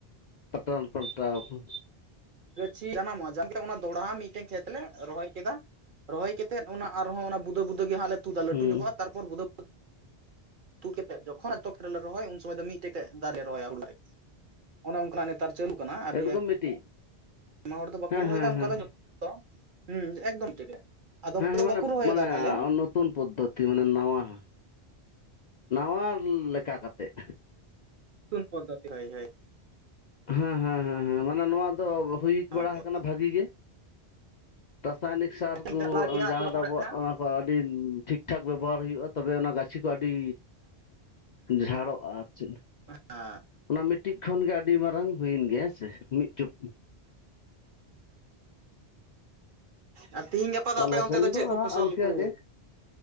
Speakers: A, on the left; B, on the right.
A: ᱯᱟᱴᱟᱞ ᱯᱟᱞᱴᱟᱣ ᱟᱠᱟᱱᱟ,
B: ᱜᱟᱹᱪᱷᱤ ᱡᱟᱱᱟᱢ ᱚᱜ-ᱟ ᱚᱱᱟ ᱫᱚᱲᱦᱟ ᱢᱤᱫᱴᱮᱱ ᱠᱷᱮᱛ ᱛᱮᱞᱮ ᱨᱚᱦᱚᱭ ᱠᱮᱫᱟ ᱨᱚᱦᱚᱭ ᱠᱟᱛᱮᱫ ᱚᱱᱟ ᱟᱨᱦᱚᱸ ᱚᱱᱟ ᱵᱩᱫᱟᱹ ᱵᱩᱫᱟᱹ ᱜᱮ ᱦᱟᱸᱜ ᱞᱮ ᱛᱩᱫᱟ ᱞᱟᱹᱴᱩ
A: ᱦᱩᱸ
B: ᱧᱚᱜᱚᱜᱼᱟ, ᱛᱟᱨᱯᱚᱨ ᱵᱩᱫᱟᱹ ᱵᱩᱫᱟᱹ ᱛᱩᱫ ᱠᱮᱛᱮᱫ ᱡᱚᱠᱷᱚᱱ ᱮᱛᱚ ᱠᱮᱞ ᱨᱮ ᱨᱚᱦᱚᱭ ᱩᱱ ᱥᱚᱢᱚᱭ ᱫᱚ ᱢᱤᱫᱴᱮᱡ ᱫᱟᱨᱮ ᱨᱚᱦᱚᱭᱟ ᱩᱲᱟᱜᱟᱨ ᱚᱱᱮ ᱚᱱᱠᱟᱱᱟᱜ ᱱᱮᱛᱟᱨ ᱪᱟᱹᱞᱩ ᱠᱟᱱᱟ ᱟᱹᱰᱤ
A: ᱮᱠᱫᱚᱢ
B: ᱟᱭᱢᱟ,
A: ᱢᱤᱫᱴᱤᱡ
B: ᱟᱭᱢᱟ ᱦᱚᱲ ᱫᱚ ᱵᱟᱠᱚ
A: ᱦᱮᱸ
B: ᱨᱚᱦᱚᱭᱮᱫᱟ
A: ᱦᱮᱸ
B: ᱚᱱᱠᱟ
A: ᱦᱮᱸ
B: ᱫᱚ ᱡᱚᱛᱚ ᱦᱮᱸ ᱮᱠᱫᱚᱢ ᱴᱤᱠ ᱟᱫᱚ
A: ᱦᱮᱸ
B: ᱚᱸᱰᱮ
A: ᱦᱮᱸ
B: ᱫᱚ
A: ᱢᱟᱱᱮ
B: ᱵᱟᱠᱚ ᱨᱚᱦᱚᱭᱮᱫᱟ
A: ᱢᱟᱱᱮ
B: ᱯᱟᱞᱮ,
A: ᱱᱚᱛᱩᱱ ᱯᱚᱫᱽᱫᱷᱚᱛᱤ ᱢᱟᱱᱮ ᱱᱟᱣᱟ, ᱱᱟᱣᱟ ᱞᱮᱠᱟ ᱠᱟᱛᱮᱜ
B: ᱱᱚᱛᱩᱱ ᱯᱚᱫᱽᱫᱷᱚᱛᱤ ᱦᱳᱭ ᱦᱳᱭ
A: ᱦᱮᱸ ᱦᱮᱸ ᱦᱮᱸ ᱦᱮᱸ ᱢᱟᱱᱮ ᱱᱚᱣᱟ ᱫᱚ ᱦᱩᱭ
B: ᱱᱟᱣᱟ
A: ᱵᱟᱲᱟ
B: ᱯᱚᱫᱽᱫᱷᱚᱛᱤ
A: ᱟᱠᱟᱱᱟ ᱵᱷᱟᱜᱤ ᱜᱮ, ᱨᱟᱥᱟᱭᱱᱤᱠ ᱥᱟᱨ
B: ᱦᱮᱸ
A: ᱠᱩ ᱡᱟᱦᱟᱸ ᱫᱚ
B: ᱦᱮᱸ
A: ᱟᱵᱚᱣᱟᱜ ᱚᱱᱟ ᱠᱚ ᱟᱹᱰᱤ ᱴᱷᱤᱠ ᱴᱷᱟᱠ ᱵᱮᱵᱚᱦᱟᱨ ᱦᱩᱭᱩᱜᱼᱟ ᱛᱚᱵᱮ ᱚᱱᱟ ᱜᱟᱹᱪᱷᱤ ᱠᱚ ᱟᱹᱰᱤ ᱡᱷᱟᱲᱚᱜᱼᱟ ᱟᱨ ᱪᱮᱫ,
B: ᱟ
A: ᱚᱱᱟ ᱢᱤᱫᱴᱤᱡ ᱠᱷᱚᱱ ᱜᱮ ᱟᱹᱰᱤ ᱢᱟᱨᱟᱝ ᱦᱩᱭᱮᱱ ᱜᱮᱭᱟ ᱦᱮᱸᱥᱮ ᱢᱤᱫ ᱪᱩᱯ
B: ᱟᱨ ᱛᱤᱦᱤᱧ ᱜᱟᱯᱟ ᱫᱚ
A: ᱟᱞᱮ
B: ᱟᱯᱮ ᱚᱱᱛᱮ
A: ᱥᱮᱱ
B: ᱫᱚ ᱪᱮᱫ ᱠᱚ
A: ᱦᱟᱸᱜ
B: ᱯᱷᱚᱥᱚᱞ
A: ᱤᱱᱠᱟᱹ
B: ᱠᱩ
A: ᱜᱮ